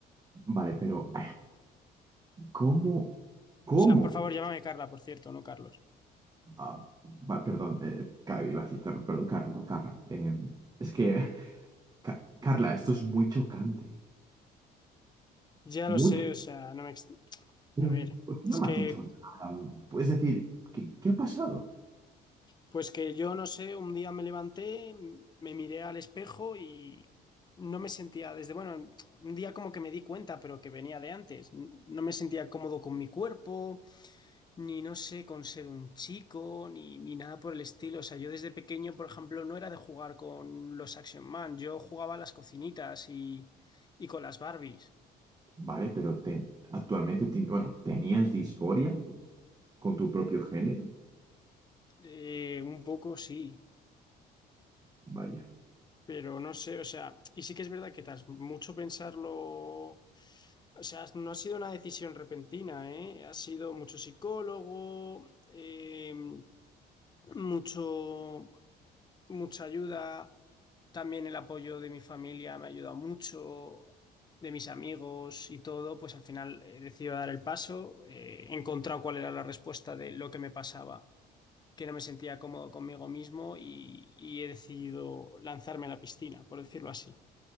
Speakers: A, on the right; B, on the left.
A: Vale, pero <laughs> ¿cómo? ¿Cómo?
B: O sea, por favor, llámame Carla, por cierto, no Carlos.
A: Ah, va, perdón, eh, Ca- iba a decir Carlos, perdón, Carla, Carla. eh, es que, <laughs> Ca- Carla, esto es muy chocante.
B: Ya
A: Mucho.
B: lo sé, o sea, no me... ex-
A: Pero,
B: A ver,
A: ¿por qué
B: es
A: no me
B: que,
A: has dicho nada? Puedes decir, ¿qué, qué ha pasado?
B: pues que yo no sé, un día me levanté, me miré al espejo y no me sentía desde, bueno, un día como que me di cuenta, pero que venía de antes. No me sentía cómodo con mi cuerpo. ni no sé, con ser un chico, ni, ni nada por el estilo. O sea, yo desde pequeño, por ejemplo, no era de jugar con los Action Man, yo jugaba a las cocinitas y, y con las Barbies.
A: Vale, pero te- actualmente, ti- bueno, ¿tenías disforia con tu propio género?
B: Eh, un poco sí,
A: Vaya.
B: pero no sé, o sea, y sí que es verdad que tras mucho pensarlo... O sea, no ha sido una decisión repentina, ¿eh? Ha sido mucho psicólogo, eh, mucho, mucha ayuda También el apoyo de mi familia me ha ayudado mucho, de mis amigos y todo, pues al final he decidido dar el paso, eh, he encontrado cuál era la respuesta de lo que me pasaba, que no me sentía cómodo conmigo mismo y, y he decidido lanzarme a la piscina, por decirlo así.